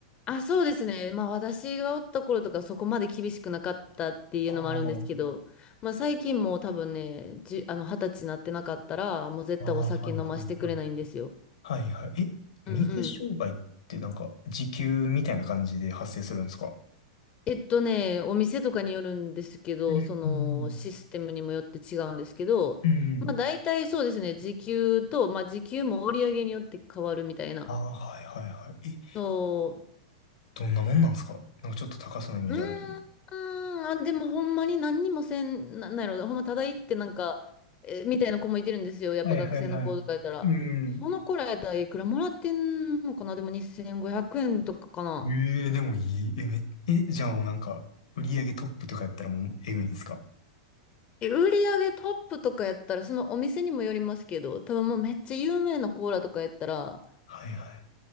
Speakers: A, on the left (about 35°); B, on the left (about 80°).
A: あ、そうですね。まあ私がおった頃とかそこまで厳しくなかったっていうのもあるんですけど、
B: ああ、
A: まあ最近もう多分ね、じ、あの二十歳になってなかったら、もう絶対お酒飲ましてくれないんですよ。
B: ああ、はいはいはい。はいはい。え、水商売ってなんか時給みたいな感じで発生するんですか
A: うんうん。えっとね、お店とかによるんですけど、
B: うんうん
A: そのシステムにもよって違うんですけど、
B: うん。うんうん。
A: まあ大体そうですね、時給と、まあ時給も売り上げによって変わるみたいな。
B: ああ、はいはいはい。
A: そう
B: どんなもんなんすかなんかちょっと高そうなイメージあるけど。
A: うーん、あ、でもほんまに何にもせん、な、なんやろ、ほんまただ行ってなんか、えみたいな子もいてるんですよ。やっぱ学生の子とかやったら。
B: はいはいはい。うん。
A: その子らやったらいくらもらってんのかなでも2500円とかかな。
B: ええでもいい。え、め、え、じゃあもうなんか、売り上げトップとかやったらもうえぐいんですか
A: え売り上げトップとかやったら、そのお店にもよりますけど、多分もうめっちゃ有名なコーラとかやったら、
B: はいはい。